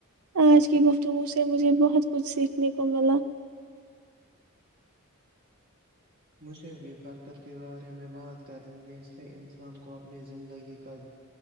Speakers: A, on the right; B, on the right.
A: آج کی گفتگو سے مجھے بہت کچھ سیکھنے کو ملا
B: مجھے بھی برکت کے بارے میں بات کرنے سے انسان کو اپنی زندگی کا